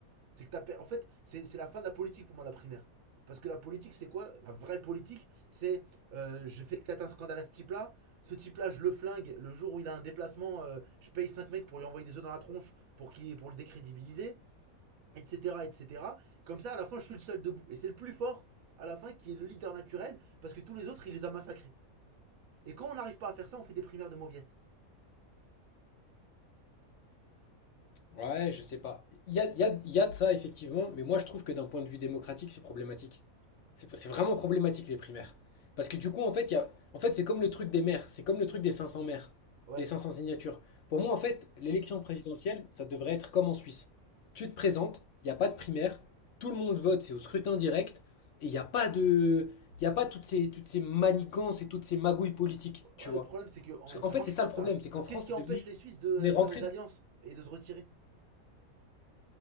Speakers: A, on the right; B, on the left.
A: C'est que t'as En fait, c'est c'est la fin de la politique pour moi, la primaire. Parce que la politique, c'est quoi La vraie politique, c'est euh, je fais éclater un scandale à ce type-là. Ce type-là, je le flingue. Le jour où il a un déplacement, euh, je paye 5 mecs pour lui envoyer des œufs dans la tronche pour, qu'il- pour le décrédibiliser, etc., etc. Comme ça, à la fin, je suis le seul debout. Et c'est le plus fort, à la fin, qui est le leader naturel, parce que tous les autres, il les a massacrés. Et quand on n'arrive pas à faire ça, on fait des primaires de mauviettes.
B: Ouais, je sais pas. Il y a, il y a- il y a de ça, effectivement, mais moi je trouve que d'un point de vue démocratique, c'est problématique. C'est c'est vraiment problématique les primaires. Parce que du coup, en fait, il y a, en fait, c'est comme le truc des maires, c'est comme le truc des 500 maires,
A: Ouais.
B: des cinq cents signatures. Pour moi, en fait, l'élection présidentielle, ça devrait être comme en Suisse. Tu te présentes, il n'y a pas de primaire, tout le monde vote, c'est au scrutin direct, et il n'y a pas de, il y a pas toutes ces, toutes ces manigances et toutes ces magouilles politiques,
A: Ouais,
B: tu vois.
A: le problème, c'est que oh,
B: Parce
A: ça
B: qu'en fait,
A: marche
B: c'est ça
A: pas,
B: le problème,
A: ça.
B: c'est qu'en
A: Parce
B: France,
A: qu'est-ce qui
B: c'est
A: empêche
B: devenu,
A: les Suisses de,
B: on est
A: de
B: rentré
A: faire des alliances et de se retirer